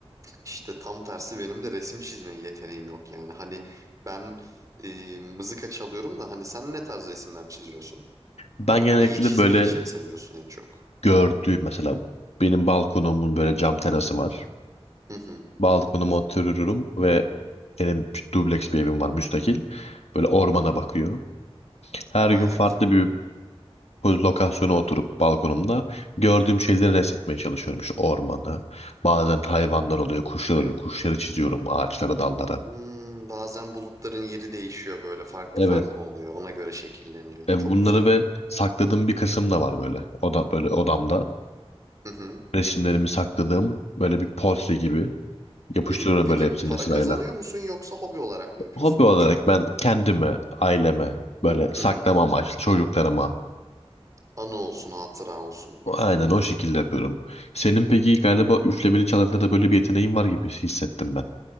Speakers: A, on the right (about 30°); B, on the left (about 80°).
A: İşte tam tersi benim de resim çizme yeteneğim yok yani. Hani ben e, mızıka çalıyorum da hani sen ne tarz resimler çiziyorsun?
B: Ben genellikle
A: Neyi çizmeyi
B: böyle
A: çe- seviyorsun en çok?
B: gördüğüm mesela benim balkonumun böyle cam terası var.
A: Hı hı,
B: Balkonuma otururum ve benim dubleks bir evim var müstakil. Böyle ormana bakıyor. Her gün
A: bayağı
B: farklı
A: güzel.
B: bir poz- lokasyona oturup balkonumda gördüğüm şeyleri resmetmeye çalışıyorum. İşte ormanı. Bazen hayvanlar oluyor, kuşlar oluyor. Kuşları çiziyorum ağaçlara, dallara.
A: Hmm, bazen bulutların yeri değişiyor böyle farklı
B: Evet.
A: farklı oluyor. Ona göre şekilleniyor.
B: E
A: Çok
B: bunları
A: güzel.
B: ve sakladığım bir kısım da var böyle. Oda, böyle odamda.
A: Hı hı.
B: Resimlerimi sakladığım böyle bir portre gibi yapıştırıyorum
A: Peki, peki
B: böyle hepsini
A: para
B: sırayla.
A: kazanıyor musun yoksa hobi olarak mı yapıyorsun
B: Hobi olarak
A: daha çok?
B: ben kendimi, aileme böyle saklama
A: Hı hı.
B: amaçlı çocuklarıma
A: Anı olsun, hatıra olsun.
B: aynen o şekilde yapıyorum. Senin peki galiba üflemeli çalarda da böyle bir yeteneğin var gibi hissettim ben.